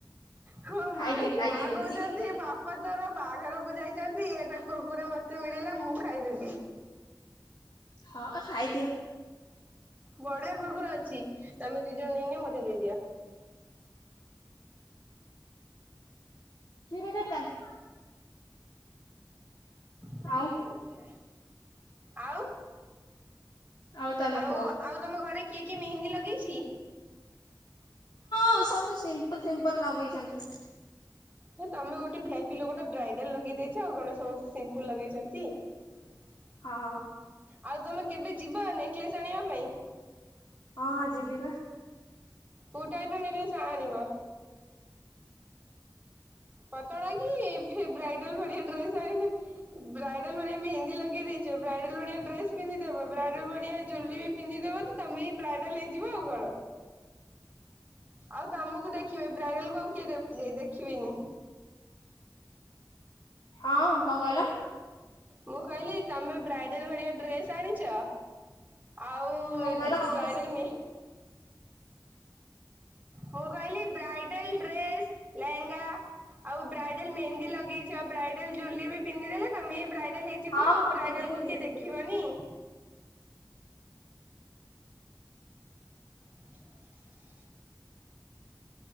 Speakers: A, on the right; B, on the left.
A: ହଁ
B: ଖାଇଦିଏ
A: ମା
B: ଖାଇଦିଏ
A: ମା
B: ମିଶିକି
A: କହୁଛନ୍ତି
B: ଖାଇଦିଏ।
A: ବା ପା ତୋର ବାହାଘରକୁ ଯାଇଛନ୍ତି ଏଟା କୁରୁକୁରୀ ମୋତେ ମିଳିଲା ମୁଁ ଖାଇଦେବି।
B: ହଁ ଖାଇଦିଅ।
A: ବଢିଆ କୁରୁକୁରୀ ଅଛି ତମେ ଦି ଜଣ ନେଇକି ମୋତେ ଦେଇଦିଅ।
B: କିଏରେ ଏଟା କାନ
A: ନାହିଁ
B: ଆଉ
A: ସେମିତି ଆଉ।
B: ଆଉ ତମେ କୁ
A: ଓ ଆଉ ତମ ଘରେ କିଏ କିଏ ମେହେନ୍ଦୀ ଲଗେଇଛି?
B: ହଁ ସବୁ ସିମ୍ପଲ ସିମ୍ପଲ ଲଗେଇଛନ୍ତି।
A: ହଁ ତମେ ଗୋଟେ ଭିଆପି ଲୋକ ଟା ବ୍ରାଇଡାଲ ଲଗେଇ ଦେଇଛ ଆଉ କଣ ସମସ୍ତେ ସିମ୍ପଲ ଲଗେଇଛନ୍ତି। ଛନ୍ତି
B: ହଁ ହଁ
A: ଆଉ ତମେ କେବେ ଯିବ ନେକ୍ଳେଶ ଆଣିବା ପାଇଁ?
B: ହଁ ହଁ ଯିବି ବା।
A: କୋଉଁ ଟାଇପ୍ ର ନେକ୍ଳେଶ ଆ ଆଣିବ? ପତଳା କି ଫି ବ୍ରାଇଡାଲ ଭଳିଆ ଡ୍ରେସ୍ ଆଣିବେ ବ୍ରାଇଡାଲ ଭଳିଆ ମେହେନ୍ଦି ଲଗେଇ ଦେଇଛ ବ୍ରାଇଡାଲ ଭଡଳିଆ ଡ୍ରେସ ପିନ୍ଧିଦେବ ବ୍ରାଇଡାଲ ଭଳିଆ ଜୁଲୀରି ବି ପିନ୍ଧିଦବ ତମେ ହି ବ୍ରାଇଡାଲ ହେଇଯିବ ଆଉ କଣ? ଆଉ ତମକୁ ଦେଖିବେ ବ୍ରାଇଡାଲ କଣ କିଏ ଯାଇ ଦେଖିବେନି।
B: ହଁ କଣ କହିଲ?
A: ମୁଁ କହିଲି ତମେ ବ୍ରାଇଡାଲ ଭଳିଆ ଡ୍ରେସ୍ ଆଣିଚ ଆଉ
B: କଣ କହିଲ କଣ କହିଲ
A: ବ୍ରାଇଡ଼ାଲ୍
B: ଶୁଭୁନି।
A: ମେ ମୁଁ କହିଲି ବ୍ରାଇଡେଲ ଡ୍ରେସ ଲେହେଙ୍ଗା ଆଉ ବ୍ରାଇଡାଲ ମେହେନ୍ଦୀ ଲଗେଇଛି ଆ ବ୍ରାଇଡଲ ଜୁଲିର ବି ପିନ୍ଧି ଦେଲେ ତମେ ବି ବ୍ରାଇଡେଲ ହେଇ ଯିବ
B: ହଁ
A: ଆଉ
B: ହଁ
A: ବ୍ରାଇଡାଲ
B: ପିନ୍ଧିବି
A: କୁ
B: ପିନ୍ଧିବି।
A: କିଏ ଦେଖିବନି। <inaudible>